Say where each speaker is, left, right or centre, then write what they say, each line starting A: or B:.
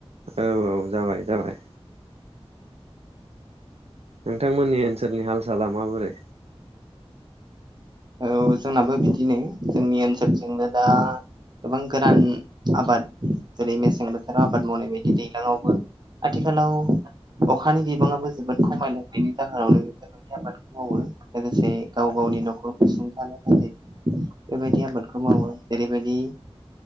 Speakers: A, on the right; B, on the right.
A: औ औ जाबाय जाबाय नोंथांमोननि ओनसोलनि हाल साला माबोरै
B: औ जोंनाबो बिदिनो जोंनि ओनसोलथिंबोदा गोबां गोरान आबाद जेरै मेसें बोथोराव आबाद मावनाय बायदि दैजलांआवबो आथिखालाव अखानि बिबाङाबो जोबोद खमायल बेनि जाहोनावनो बेफोरबायदि आबादखौ मावो लोगोसे गाव गावनि न'खर सुंथानो थाखाय बेबायदि आबादखौ मावो जेरैबायदि